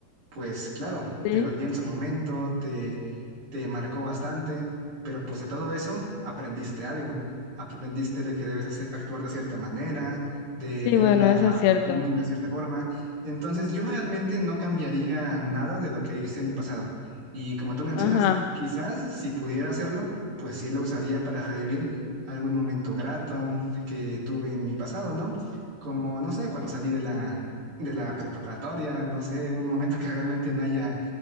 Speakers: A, on the right; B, on the left.
A: pues claro,
B: Sí,
A: te dolía en su momento, te, te marcó bastante, pero pues de todo eso aprendiste algo. Aprendiste de que debes hacer- actuar de cierta manera, de
B: sí,
A: ver
B: bueno,
A: la-
B: eso es cierto.
A: el mundo de cierta forma. Entonces yo realmente no cambiaría nada de lo que hice en mi pasado. Y como tú mencionas,
B: Ajá.
A: quizás si pudiera hacerlo, pues sí lo usaría para revivir algún momento grato, que tuve en mi pasado, ¿no? Como, no sé, cuando salí de la, de la preparatoria, no sé, un momento que realmente me haya